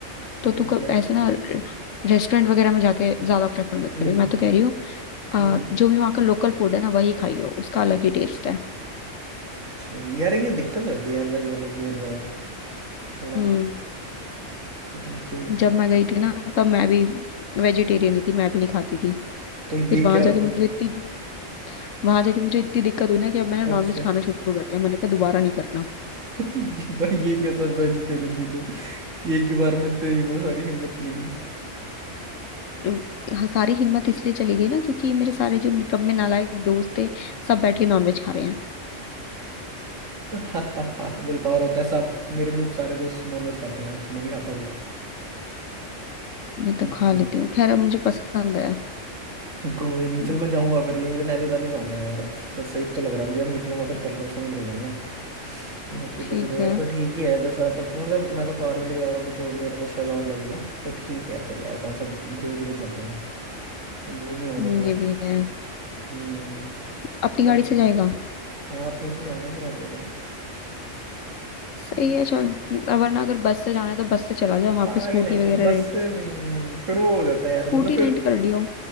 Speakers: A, on the left; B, on the right.
A: तो
B: तो
A: तू कब
B: क्या है
A: ऐसे ना रेस्टोरेंट वगैरह में जाके ज्यादा प्रेफर मत
B: हम्म
A: करियो मैं तो कह रही हूँ आ,
B: हम्म
A: जो भी वहाँ का लोकल फूड है ना वही खाइयो उसका अलग ही टेस्ट है
B: चल यार ये दिक्कत हो जाती है यार वेज वालों की हर जगह थोड़ा
A: हम्म
B: पता नहीं क्यों
A: जब मैं गई
B: ऐसे
A: थी
B: ही
A: ना
B: है।
A: तब मैं भी वेजिटेरियन ही थी मैं भी नहीं खाती थी
B: तो ये
A: फिर वहां
B: क्या
A: जाके
B: होता
A: मुझे
B: है
A: इतनी वहां जाके मुझे इतनी दिक्कत हुई ना कि अब मैंने
B: अच्छा
A: नॉनवेज खाना शुरू कर दिया मैंने कहा दोबारा नहीं करना
B: ये भाई ये कैसा वेजिटेरियन थी तू कि एक ही बार में तेरी वो सारी हिम्मत चली गई
A: अ, हाँ, सारी हिम्मत इसलिए चली गई ना क्योंकि मेरे सारे जो निकम्मे नालायक दोस्त थे सब बैठ के नॉनवेज खा रहे हैं
B: हा हा हा विल पावर होता है सब मेरे भी सारे दोस्त नॉनवेज खाते हैं मैं नहीं खाता पर
A: मैं तो
B: हम्म,
A: खा
B: हम्म।
A: लेती हूँ खैर अब मुझे पसंद है
B: कोई नहीं चल
A: हम्म,
B: मैं जाऊंगा फिर यहीं पे नैली ताली जाऊंगा यार फिर सही तो लग रहा है मुझे अब निकलूंगा फिर कल परसों में निकल जाऊंगा बाकी
A: ठीक
B: बजट वगैरह
A: है
B: तो ठीक ही है दस हजार तक मतलब मैं तो कार भी लेके जा रहा हूँ तो, तो मेरा तो शायद और लगेगा तो ठीक है चल यार कौन सा रोज रोज जाता हूँ घूम ही आऊंगा
A: हम्म,
B: थोड़ा
A: ये भी है
B: हम्म
A: अपनी
B: पक
A: गाड़ी से
B: गया।
A: जाएगा
B: हाँ अपने से जाऊंगा फिर और क्या
A: सही
B: हम्म,
A: है चल अ, वरना अगर बस से जाना है तो बस से चला जाओ वहां
B: पागल
A: पे स्कूटी
B: है यार
A: वगैरह
B: बस
A: रेंट
B: से नहीं फिर वो हो जाता है यार
A: स्कूटी
B: मतलब फिर
A: रेंट कर लियो